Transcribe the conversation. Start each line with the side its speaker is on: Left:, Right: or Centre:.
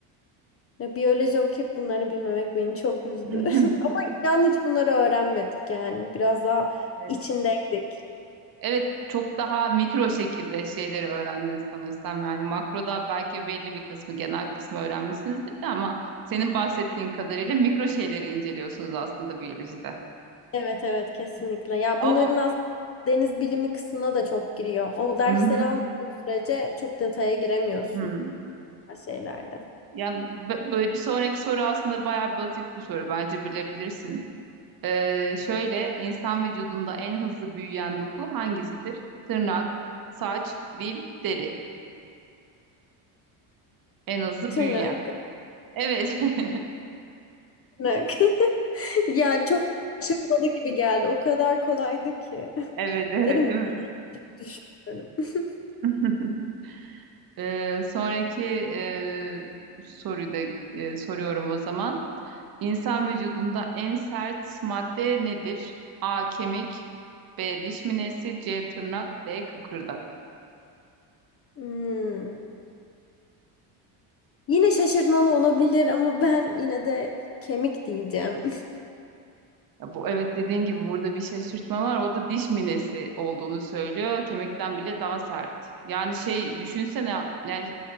Left: Ya biyoloji okuyup bunları bilmemek beni çok üzdü.
Right: <laughs>
Left: <laughs> Ama inan hiç bunları öğrenmedik yani. Biraz daha
Right: Evet.
Left: içindeydik.
Right: Evet, çok daha mikro şekilde şeyleri öğrendiniz sanırsam. Yani makroda belki belli bir kısmı, genel kısmı öğrenmişsinizdir de ama senin bahsettiğin kadarıyla mikro şeyleri inceliyorsunuz aslında biyolojide.
Left: Evet evet kesinlikle. Ya
Right: Ama
Left: bunların
Right: bu
Left: aslında deniz bilimi kısmına da çok giriyor. O dersleri
Right: Hı hı.
Left: almadığın sürece çok detaya giremiyorsun
Right: Hı.
Left: her şeylerde.
Right: Yani b- böyle bir sonraki soru aslında bayağı basit bir soru bence bilebilirsin. Ee, şöyle insan vücudunda en hızlı büyüyen doku hangisidir? Tırnak, saç, dil, deri. En hızlı
Left: Tırnak,
Right: büyüyen. Evet. <laughs>
Left: tırnak. <laughs> Ya çok şaşırtmalı gibi geldi. O kadar kolaydı ki.
Right: Evet,
Left: <laughs>
Right: evet,
Left: Derim
Right: değil mi?
Left: düşünüyorum. <laughs>
Right: <laughs> Ee, sonraki e, soruyu da e, soruyorum o zaman. İnsan vücudunda en sert madde nedir? A. Kemik, B. Diş minesi, C. Tırnak, D. Kıkırdak.
Left: Hmm. Yine şaşırtmalı olabilir ama ben yine de kemik diyeceğim.
Right: Ya Bu evet dediğin gibi burada bir şaşırtma var. O da diş minesi olduğunu söylüyor. Kemikten bile daha sert. Yani şey düşünsene yani